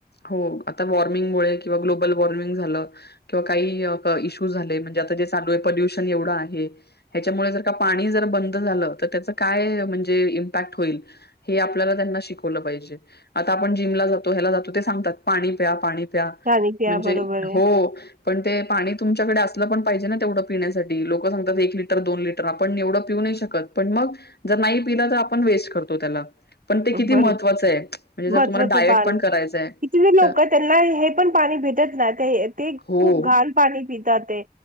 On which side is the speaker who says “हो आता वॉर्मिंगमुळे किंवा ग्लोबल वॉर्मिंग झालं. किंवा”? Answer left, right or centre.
Left